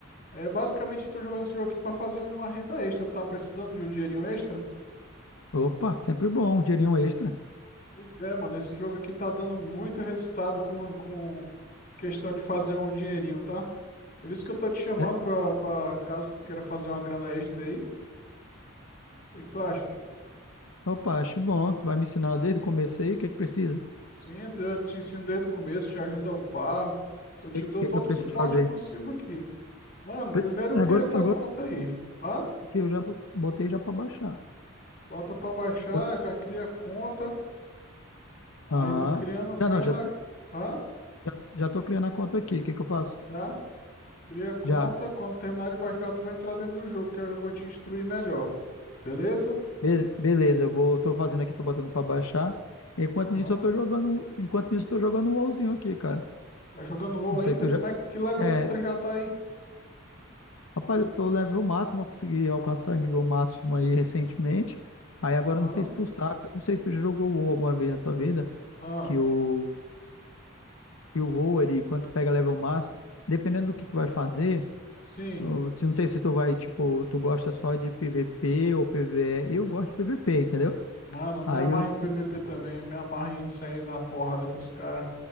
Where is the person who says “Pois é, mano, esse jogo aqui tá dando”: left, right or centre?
Left